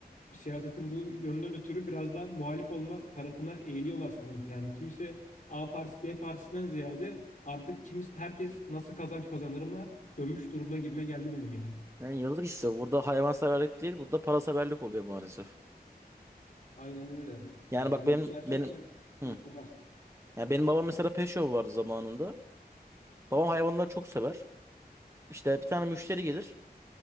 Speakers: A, on the left (about 50°); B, on the right (about 15°).
A: e, siyasetin bu yönden ötürü biraz da muhalif olma tarafına eğiliyorlar sanırım. Yani kimse A partisi B partisinden ziyade artık kimis, herkes nasıl kazanç kazanır mı dönmüş durumda gibime geldi benim yani.
B: Yani yazık işte. Burada hayvanseverlik değil, burada paraseverlik oluyor maalesef.
A: Aynen öyle. Ya
B: Yani
A: millet
B: bak benim
A: gerçekten
B: benim
A: inanılmaz.
B: hı. Yani benim babam mesela pet shop vardı zamanında. Babam hayvanları çok sever. İşte bir tane müşteri gelir.